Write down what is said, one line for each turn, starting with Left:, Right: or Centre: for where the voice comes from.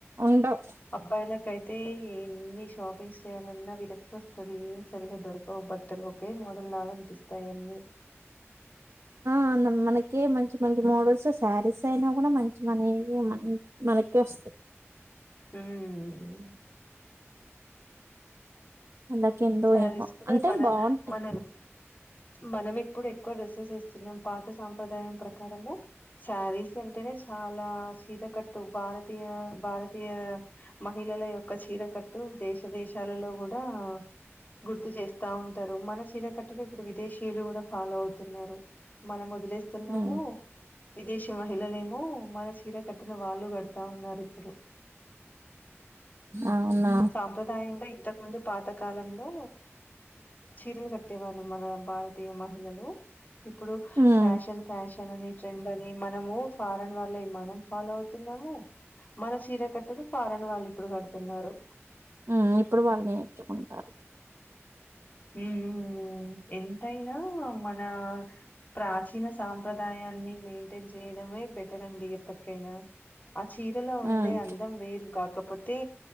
Right: ఉండవు
Left: అబ్బాయిలాకి అయ్ తే ఎన్ని షాపింగ్స్ చేయాలన్నా విరక్ తోస్తది ఈ ఏం సరిగ దొరకవ్ బద్ టెల్ ఒకే మోడల్ గా అనిపిస్తయి అన్ని
Right: మానమ్ మనకె మంచ్ మంచ్ మోడల్స్ సారీస్ అయినా కూడా మంచివనే ఇగ మనీ మనకె వోస్తయి
Left: ఉమ్
Right: వాళ్ళకేందో
Left: సారీస్
Right: ఏమో
Left: కుడ
Right: అంటే
Left: మన
Right: బాగుంటాయి
Left: మనమ్ మనం ఇప్పుడ్ ఎక్కు డ్రెస్సెస్ ఎస్తున్నాం పాత సాంప్రదాయం ప్రకారంగా సారీస్ అంటేనే చాలా చీరాకట్టు భారతీయ ఆ భారతీయ అ మహిళల యొక్క చీరకట్టు దేశ దేశాలలో గుడా గుర్తు చేస్తా ఉంటరు మన చీరకట్టును ఇపుడు విదేశీయులు గుడా ఫాలో అవ్ తున్నారు మనమ్ వద్ లేస్తున్నాము
Right: ఉమ్
Left: విదేశీ మహిళలు ఏమో మన చీర కట్టును వాళ్ళు కడతా ఉన్నారు ఇపుర్
Right: అవునా
Left: సాంప్రదాయంగా ఇంతక్ ముందు పాతకాలమే లో చీరలు కట్టే వాళ్ళు మన భారతీయ మహిళలు ఇప్పుడు
Right: ఉమ్
Left: ఫ్యాషన్ ఫ్యాషన్ అని ట్రెండ్ అని మనము ఫారన్ వాళ్ళయి మనం ఫాలో అవ్ తున్నము మన చీర కట్ టును ఫారన్ వాళ్ళు ఇప్పుడు కడతున్నారు
Right: ఉమ్ ఇప్పుడు వాళ్ళు నేర్ చుకుంటారు
Left: ఊహుహు హ్ హ్మ్ ఎంతైనా మన ప్రాచీన సాంప్రదాయాన్ని మెయింటేన్ జేయ్ డం అవ్ వే బెటరండి ఎప్పట్ కైనా ఆ చీరలో ఉండే
Right: ఉమ్
Left: అందం వేరు కాకపోతే